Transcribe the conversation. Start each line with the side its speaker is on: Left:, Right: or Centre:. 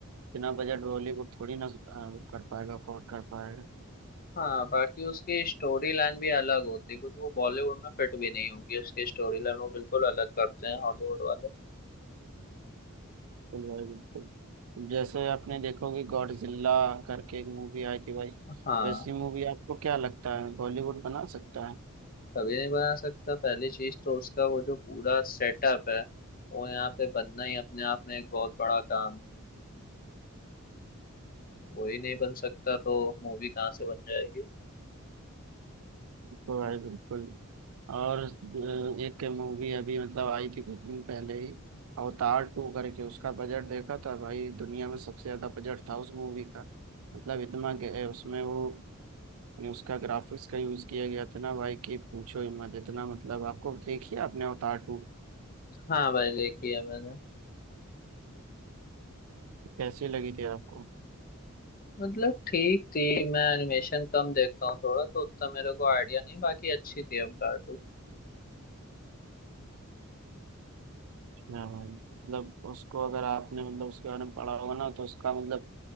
Right: बिना बजट हॉलीवुड थोड़ी ना अ, वो कर पाएगा अफोर्ड कर पाएगा
Left: हाँ बाकी उसकी स्टोरी लाइन भी अलग होती है कुछ वो बॉलीवुड में फिट भी नहीं होंगी उसकी स्टोरी लाइन वो बिल्कुल अलग करते हैं हॉलीवुड वाले
Right: बिल्कुल भाई बिल्कुल जैसे आपने देखोगे गॉडजिला करके एक मूवी आई थी भाई
Left: हाँ
Right: वैसी मूवी आपको क्या लगता है बॉलीवुड बना सकता है
Left: कभी नहीं बना सकता पहली चीज तो उसका वो जो पूरा सेटअप है वो यहाँ पे बनना ही अपने आप में एक बहुत बड़ा काम है वही नहीं बन सकता तो मूवी कहाँ से बन जाएगी
Right: तो भाई बिल्कुल और अ, एक मूवी अभी मतलब आई थी कुछ दिन पहले ही अवतार टू करके उसका बजट देखा था भाई दुनिया में सबसे ज्यादा बजट था उस मूवी का मतलब इतना गे- उसमें वो यानी उसका ग्राफिक्स का यूज किया गया था ना भाई कि पूछो ही मत इतना मतलब आपको देखिए आपने अवतार टू
Left: हाँ भाई देखी है मैंने
Right: कैसी लगी थी आपको
Left: मतलब ठीक थी मैं एनिमेशन कम देखता हूँ थोड़ा तो उतना मेरे को आइडिया नहीं बाकी अच्छी थी अवतार टू
Right: हाँ भाई मतलब उसको अगर आपने मतलब उसके बारे में पढ़ा होगा ना तो उसका मतलब